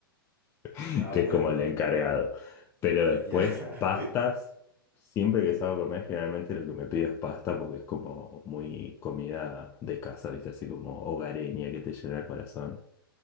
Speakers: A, on the left; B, on the right.
A: <laughs>
B: Ah,
A: que
B: bueno,
A: es como el encargado.
B: eh,
A: Pero
B: ya.
A: después, pastas,
B: <laughs>
A: siempre que salgo a comer, generalmente lo que me pido es pasta porque es como muy comida de casa, ¿viste? Así como hogareña que te llena el corazón.